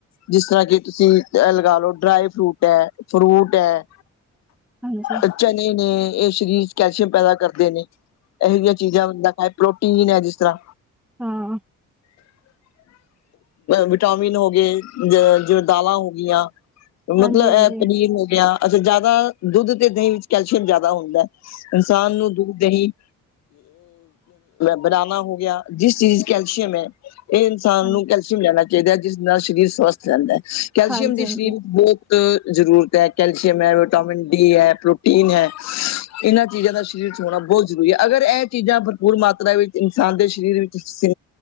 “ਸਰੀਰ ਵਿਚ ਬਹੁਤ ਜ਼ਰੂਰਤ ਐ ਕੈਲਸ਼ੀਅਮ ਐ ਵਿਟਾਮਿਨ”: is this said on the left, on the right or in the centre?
Left